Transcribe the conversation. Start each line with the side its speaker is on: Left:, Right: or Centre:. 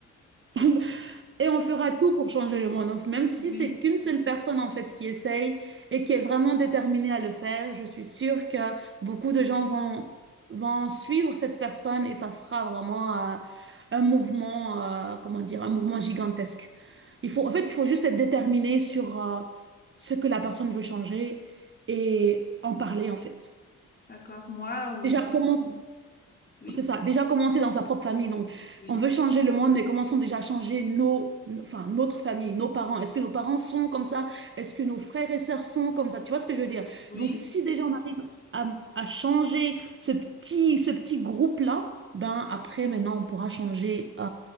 Right: <laughs> Et on fera tout pour changer le monde. Enf- Même si
Left: Oui,
Right: c'est qu'une seule personne, en fait, qui essaye et qui est vraiment déterminée à le faire, je suis sûre que beaucoup de gens vont, vont suivre cette personne et ça fera vraiment euh, un mouvement, euh, comment dire, un mouvement gigantesque. Il faut,
Left: oui.
Right: en fait, il faut juste être déterminé sur euh, ce que la personne veut changer et en parler, en fait.
Left: D'accord, moi, ou...
Right: Déjà, commence
Left: oui,
Right: c'est ça, déjà commencer dans sa propre famille. Donc,
Left: oui.
Right: on veut changer le monde, mais commençons déjà à changer nos, nos- enfin, notre famille, nos parents. Est-ce que nos parents sont comme ça? Est-ce que nos frères et sœurs sont comme ça? Tu vois ce que je veux dire?
Left: Oui,
Right: Donc, si déjà on arrive à, à changer ce petit, ce petit groupe-là, ben
Left: oui.
Right: après, maintenant, on pourra changer euh,